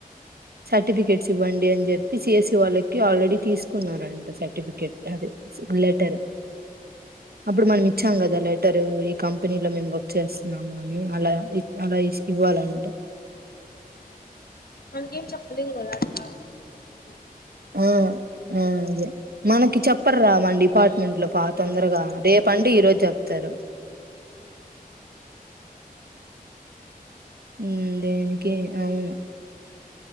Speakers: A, on the right; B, on the left.
A: సర్టిఫికెట్స్ ఇవ్వండి అని చెప్పి సిఎస్సి వాళ్ళకి ఆల్రెడీ తీసుకున్నారంట సర్టిఫికెట్ అది లెటర్ అప్పుడు మనం ఇచ్చాం కదా లెటర్ లెటరు ఈ కంపెనీ వర్క్ చేస్తున్నా <unintelligible> అలా <unintelligible> ఇవ్వాలంట
B: మనకేం చెప్పలేదు కదా అట్లా మనం ఉండం
A: ఆ ఆ అదే మనకి చెప్పరు రా మన డిపార్ట్మెంట్ లో పా తొందరగా రేపు అంటే ఈరోజు చెప్తరు మ్మ్ దేనికి అవును